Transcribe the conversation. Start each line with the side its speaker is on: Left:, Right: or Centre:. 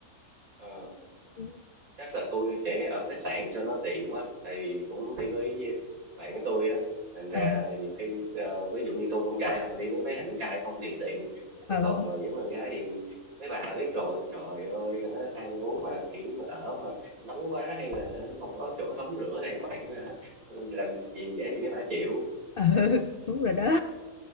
Right: ờ.
Left: ừ.
Right: chắc là tôi sẽ ở khách sạn cho nó tiện quá tại vì cũng đi với bạn của tôi á thành
Left: ờ
Right: ra nhiều khi ờ, ví dụ như tôi con trai hoặc là đi với mấy thằng con trai không thì tiện chứ
Left: ờ
Right: còn mà dẫn bạn gái thì mấy bà biết rồi trời ơi hả, ăn uống mà kiểu mà ở mà nóng quá hay là hả, không có chỗ tắm rửa này bạn hả, làm gì dễ gì mấy bà chịu
Left: ờ <laughs> đúng rồi đó